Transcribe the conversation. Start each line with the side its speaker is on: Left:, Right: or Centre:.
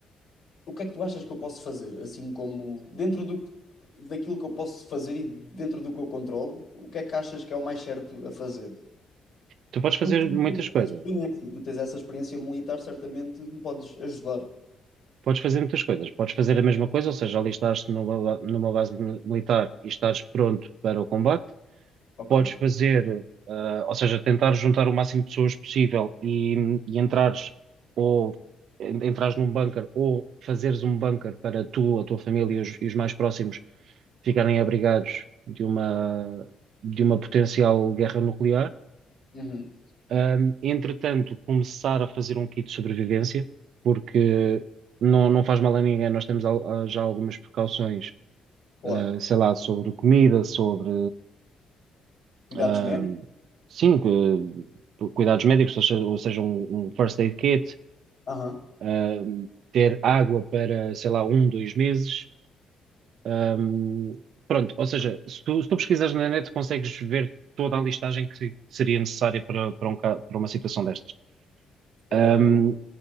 Left: O que é que tu achas que eu posso fazer? Assim como dentro do, que- daquilo que eu posso fazer e dentro do que eu controlo, o que é que achas que é o mais certo a fazer?
Right: Tu podes fazer
Left: Tu que tens
Right: muitas coisas.
Left: essa experiência, tu tens essa experiência militar, certamente me podes ajudar.
Right: Podes fazer muitas coisas. Podes fazer a mesma coisa, ou seja, alistar-te numa, ba- numa base mi- militar e estares pronto para o combate.
Left: Ok,
Right: podes fazer, ah, ou seja, tentar juntar o máximo de pessoas possível e, e entrares ou en- entrares num bunker ou fazeres um bunker para tu, a tua família e os, e os mais próximos ficarem abrigados de uma,
Left: ok.
Right: de uma potencial guerra nuclear.
Left: Uhum.
Right: Um, entretanto, começar a fazer um kit de sobrevivência, porque não, não faz mal a ninguém, nós temos al- ah, já algumas precauções,
Left: Claro.
Right: ah, sei lá, sobre comida, sobre
Left: Cuidados
Right: Ahm,
Left: médicos?
Right: sim, cu- cuidados médicos, ou seja, ou seja, um, um first aid kit,
Left: Aham.
Right: ahm, ter água para, sei lá, um, dois meses. Ahm, pronto, ou seja, se tu, se tu pesquisares na net, consegues ver toda a listagem que seria necessária para, para, um ca- para uma situação destas.
Left: Se calhar
Right: Ahm,
Left: é o que eu vou.